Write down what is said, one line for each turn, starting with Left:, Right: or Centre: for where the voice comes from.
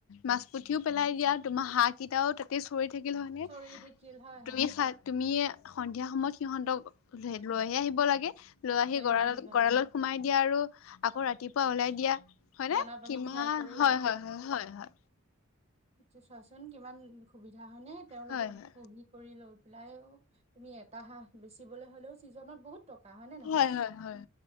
Left: মাছ পুঠিও পেলাই দিয়া তোমাৰ হাঁহ কেইটাও তাতে চৰি থাকিল হয় নে
Right: চৰি থাকিল হয়,
Left: তুমি
Right: হয়,
Left: চাতুমিয়ে সন্ধিয়া সময়ত সিহঁতক লৈহে আহিব লাগে লৈ আহি
Right: লৈহে
Left: গঁৰালত
Right: আহিব
Left: গঁৰা়লত
Right: লাগে।
Left: সোমাই দিয়া আৰু আকৌ ৰাতিপুৱা ওলাই দিয়া হয়
Right: দানা পানী
Left: কিমান
Right: খুৱাই কৰি
Left: হয় হয় হয়
Right: আ চোৱাচোন কিমান সুবিধা সানে তেওঁলোকক
Left: হয় হয়।
Right: পঢি কৰি লৈ পেলাই অ তুমি এটা হাঁ বেচিবলে হ'লেও ছিজনত বহুত টকা হয়নে
Left: হয়
Right: নহয়
Left: হয় হয়